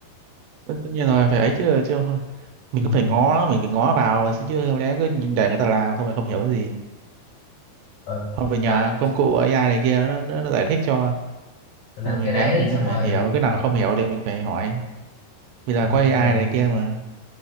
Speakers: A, on the right; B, on the left.
A: tất tất nhiên rồi phải ấy chứ chứ không- mình
B: ừ.
A: cũng phải ngó mình phải ngó vào mà, chứ không lẽ cứ nhìn để người ta làm xong rồi không hiểu cái gì
B: rồi
A: hoặc phải nhờ
B: làm
A: công cụ AI này kia nó, nó, nó giải thích cho
B: mình làm
A: xong rồi mình
B: cái đấy
A: gán mình
B: xong
A: có thể
B: rồi
A: hiểu cái
B: ờ,
A: nào không hiểu thì mình phải hỏi Vì là
B: ừ.
A: có AI này
B: làm,
A: kia mà.